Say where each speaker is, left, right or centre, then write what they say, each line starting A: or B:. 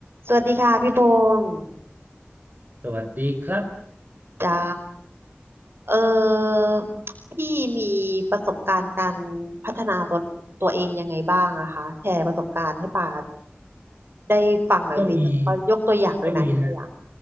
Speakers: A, on the right (about 65°); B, on the right (about 50°).
A: สวัสดีค่ะพี่พงศ์
B: สวัสดีครับ
A: จ้าเออพี่มีประสบการณ์การพัฒนาตัวตัวเองยังไงบ้างอะคะแชร์ประสบการณ์ให้ป่าได้ฟังหน่อยสิแล้วก็ยกตัวอย่างด้วยนะยกตัวอย่าง
B: ก็มีก็มีนะ